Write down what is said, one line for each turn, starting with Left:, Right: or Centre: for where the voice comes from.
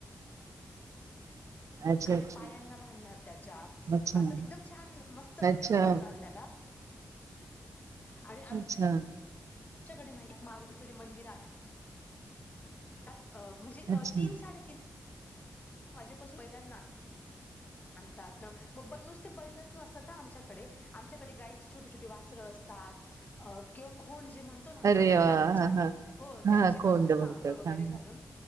Right: <inaudible> अच्छा,
Left: खाली
Right: अच्छा.
Left: पायांना बांधणार त्याच्या
Right: अच्छा.
Left: असं एकदम छान मस्तपैकी
Right: अच्छा
Left: सजवणार त्याला आणि
Right: अच्छा
Left: आमच्याकडे माहिती आहे मारुतीचं जे मंदिर आहे अ म्हणजे अ
Right: अच्छा
Left: तीन साडेतीन माझे पासून पहिल्यांदा
Right: ह
Left: आणतात मग बर नुसतं ते बैलचं नसतात हं आमच्याकडे आमच्याकडे गाईची छोटी छोटी वासरं असतात अ किंवा खूण म्हणतो ना आपण
Right: अरे
Left: त्यांना
Right: वा
Left: पण
Right: हा
Left: छान
Right: हा
Left: हो त्यांची
Right: हा कोंड
Left: पण मस्त
Right: म्हणतात
Left: अंघोळ वगैरे
Right: हा हा
Left: घालून